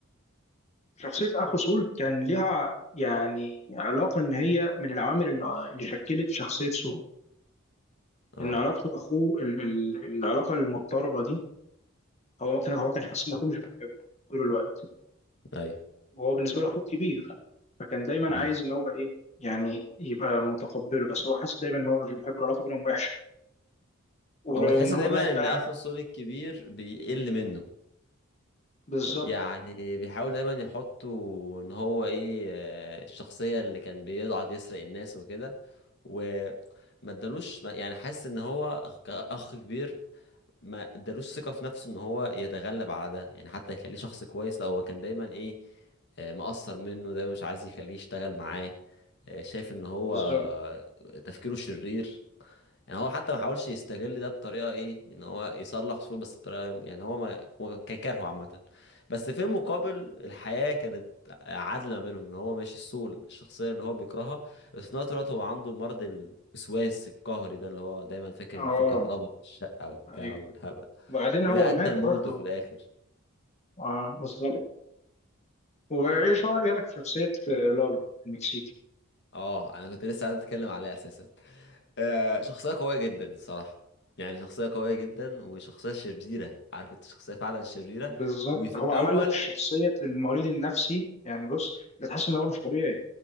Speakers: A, on the left; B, on the left.
A: شخصيه اخو سول كان ليها يعني علاقه ان هي من العوامل اللي اللي شكلت شخصيه سول
B: اه
A: ان علاقته باخوه ال- ال- العلاقه المضطربه دي هو ما كان هو كان حاسس ان اخوه مش بيحبه طول الوقت
B: ايوه
A: وهو بالنسبه له اخوه كبير فكان دايما عايز
B: مم.
A: ان هو ايه يعني يبقى متقبله بس هو حاسس دايما ان هو مش بيحبه العلاقه بينهم وحشه و-
B: هو تحس
A: وان
B: دايما
A: هو مات
B: ان
A: بقى
B: اخو السوري الكبير بيقل منه
A: بالظبط
B: يعني بيحاول دايما يحطه ان هو ايه آه، الشخصية اللي كان بيضعت يسرق الناس وكده وما ادالوش ما- يعني حاسس ان هو أخ- كأخ كبير ما ادالوش ثقة في نفسه ان هو يتغلب على ده يعني حتى يخليه شخص كويس لا هو كان دايما ايه آه، مقصر منه دايما مش عايز يخليه يشتغل معاه آه، شايف ان هو
A: بالظبط
B: آه، تفكيره شرير يعني هو حتى ما حاولش يستغل ده بطريقه ايه ان هو يصلح قصور بس بطريقه يعني هو ما هو كان كارهه عامه بس في المقابل الحياه كانت عادله ما بينهم ان هو ماشي السوق الشخصيه اللي هو بيكرهها بس في نفس الوقت هو عنده مرض الوسواس القهري ده اللي هو دايما فاكر
A: اه
B: ان في كهرباء في الشقه وبتاع
A: ايوه
B: والهبل
A: وبعدين
B: وده
A: هو مات
B: ادى لموته
A: برضه
B: في الاخر
A: اه بالظبط وايه شا- إيه رايك في شخصيه آه، لالو المكسيكي
B: اه انا كنت لسه عايز اتكلم عليها اساسا آه شخصيه قويه جدا الصراحه يعني شخصيه قويه جدا وشخصيه شريره عارف انت شخصيه فعلا شريره
A: بالظبط
B: وفي
A: هو
B: الاول
A: عمل لك شخصيه المريض النفسي يعني بص بتحس ان هو مش طبيعي